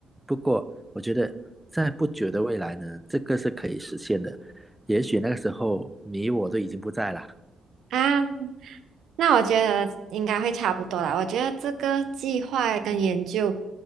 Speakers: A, in the centre; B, on the right.
A: 不过我觉得在不久的未来呢，这个是可以实现的。也许那个时候你我都已经不在了，
B: 啊。那我觉得应该会差不多啦。我觉得这个计划跟研究